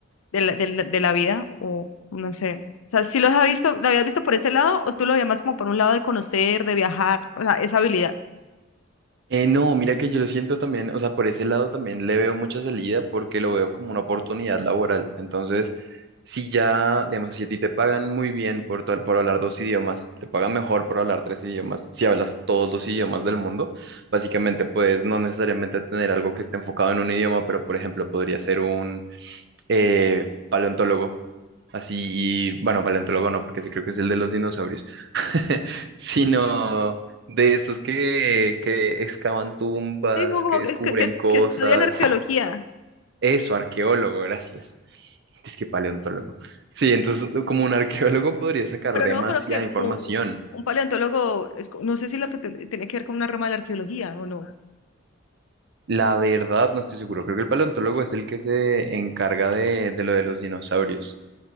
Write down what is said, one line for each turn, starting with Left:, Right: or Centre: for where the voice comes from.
Left: de la, de la, de la vida, o no sé. O sea, si los has visto, lo habías visto por ese lado o tú lo veías más como por un lado de conocer, de viajar, o sea, esa habilidad?
Right: Eh, no, mira que yo lo siento también, o sea, por ese lado también le veo mucha salida porque lo veo como una oportunidad laboral. Entonces, si ya, digamos, si a ti te pagan muy bien por, to- por hablar dos idiomas, te pagan mejor por hablar tres idiomas, si hablas todos los idiomas del mundo, básicamente puedes no necesariamente tener algo que esté enfocado en un idioma, pero por ejemplo podría ser un eh, paleontólogo así, y bueno, paleontólogo no, porque ese creo que es el de los dinosaurios, <laughs> sino de estos que, que excavan tumbas,
Left: Sí, como,
Right: que
Left: como
Right: descubren
Left: que, es que, que, es-
Right: cosas.
Left: que estudian arqueología,
Right: Eso, arqueólogo, gracias. Es que paleontólogo. Sí, entonces como un arqueólogo podría sacar
Left: pero
Right: demasiada
Left: no creo que
Right: información.
Left: u- un, paleontólogo, es co- no sé si la pate- tiene que ver con una rama de la arqueología o no,
Right: La verdad, no estoy seguro. Creo que el paleontólogo es el que se encarga de, de lo de los dinosaurios,